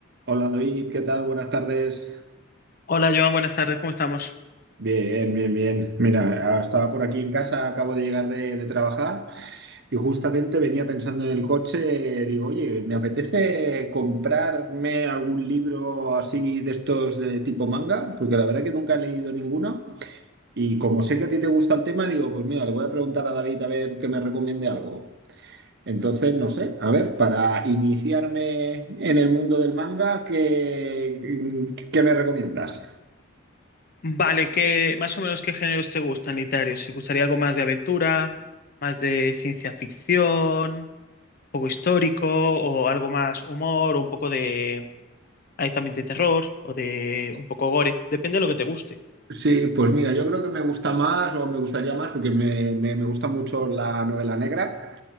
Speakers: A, on the right; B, on the left.
A: Hola David, ¿qué tal? Buenas tardes.
B: Hola Joan, buenas tardes, ¿cómo estamos?
A: Bien, bien, bien. Mira, ah, estaba por aquí en casa, acabo de llegar de, de trabajar y justamente venía pensando en el coche, digo, oye, me apetece comprarme algún libro así de estos de tipo manga, porque la verdad que nunca he leído ninguno y como sé que a ti te gusta el tema, digo, pues mira, le voy a preguntar a David a ver que me recomiende algo. Entonces, no sé, a ver, para iniciarme en el mundo del manga, ¿qué, qué me recomiendas?
B: Vale, ¿qué más o menos qué géneros te gustan literarios? ¿Te gustaría algo más de aventura, más de ciencia ficción, un poco histórico o algo más humor, o un poco de hay también de terror o de un poco gore? Depende de lo que te guste.
A: Sí, pues mira, yo creo que me gusta más o me gustaría más porque me, me- me gusta mucho la novela negra.